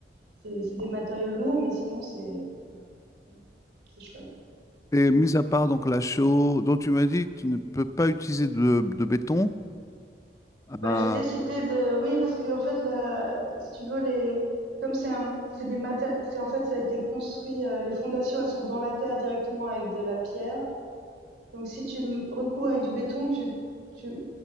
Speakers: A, on the right (about 80°); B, on the left (about 20°).
A: C'est c'est des matériaux lourds, mais sinon c'est voilà, c'est c'est chouette.
B: Et mis à part donc la chaux, dont tu m'as dit que tu ne peux pas utiliser de, de béton, euh,
A: Bah, j'ai décidé de oui parce que en fait là, si tu veux les comme c'est un c'est des maté- c'est en fait ça a été construit euh, les fondations elles sont dans la terre directement avec de la pierre Donc si tu m- recours avec du béton, tu, tu,